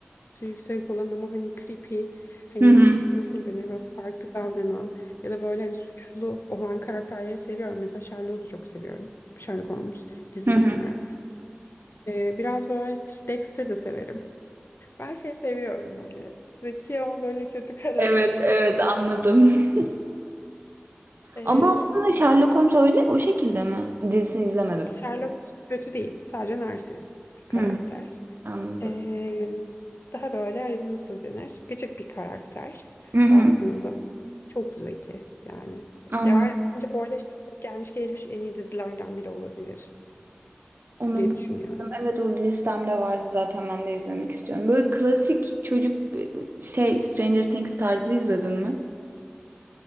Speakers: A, on the left (about 65°); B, on the right (about 60°).
A: yüksek olan ama hani creepy hani
B: Hı hı.
A: nasıl denir böyle farklı davranan ya da böyle hani suçlu olan karakterleri seviyorum. Mesela Sherlock'u da çok seviyorum. Sherlock Holmes dizisini.
B: Hı hı.
A: Ee, biraz böyle Dexter de severim. Ben şey seviyorum hani zeki ama böyle kötü <laughs> karakter
B: Evet
A: seviyorum.
B: evet anladım. <laughs>
A: Ee,
B: Ama aslında Sherlock Holmes öyle o şekilde mi? Dizisini izlemedim.
A: yok Sherlock kötü değil. Sadece narsist bir karakter.
B: Hı, anladım.
A: Ee, daha böyle hani nasıl denir? Gıcık bir karakter.
B: Hı hı,
A: Baktığınız zaman çok zeki yani.
B: anladım.
A: Ya Bence bu arada Sherlock gelmiş geçmiş en iyi dizilerden biri olabilir
B: Onu bilmiyorum.
A: diye düşünüyorum.
B: evet o listemde vardı zaten ben de izlemek istiyorum. Böyle klasik çocuk şey Stranger Things tarzı izledin mi?